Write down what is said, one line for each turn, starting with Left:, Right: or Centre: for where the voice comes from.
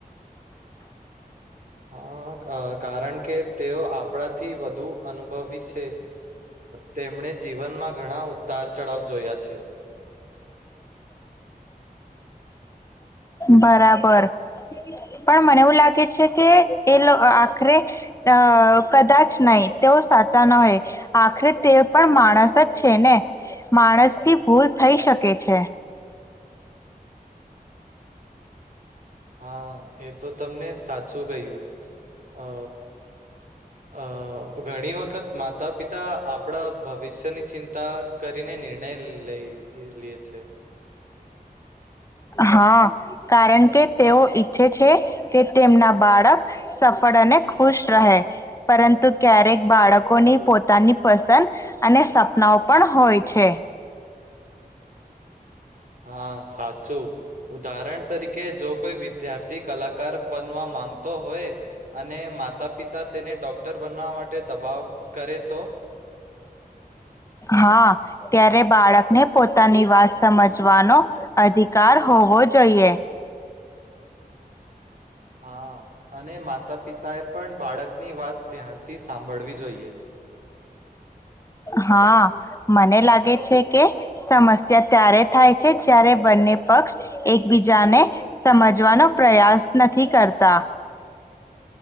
Right: હા કારણ કે તેઓ આપણાથી વધુ અનુભવી છે, તેમણે જીવનમાં ઘણા ઉતાર ચઢાવ જોયા છે.
Left: બરાબર પણ મને એવું લાગે છે, કે એ આખરે અ કદાચ નહી. તેઓ સાચા ન હોય આખરે તે પણ માણસ જ છે, ને માણસ થી ભૂલ થઈ શકે છે.
Right: હા એ તો તમને સાચ શું કહય્યું અ અ ઘણી વખત માતા પિતા આપડા ભગવાન વિશ્વા ની ચિંતા કરીને નિર્ણય લઈ લે છે.
Left: હા કારણ કે તેઓ ઈચ્છે છે કે તેમના બાળક સફળ અને ખુશ રહે પરંતુ ક્યારેક બાળકોની પોતાની પસંદ અને સપનાઓ પણ હોય છે.
Right: હા સાચું. છું ઉદાહરણ તરીકે જો કોઈ વિદ્યાર્થી થી કલાકાર બનવા માંગતો હોય અને માતા પિતા તેને ડોક્ટર બનવા માટે દબાવ કરે તો?
Left: હા ત્યારે બાળકને પોતાની વાત સમજવાનો અધિકાર હોવો જોઈએ.
Right: હા અને માતા પિતાએ પણ બાળકની વાત ધ્યાનથી સાંભળવી જોઈએ.
Left: હા મને લાગે છે કે સમસ્યા ત્યારે થાય છે, જ્યારે બંને પક્ષ એકબીજાને સમજવાનો પ્રયાસ નથી કરતા.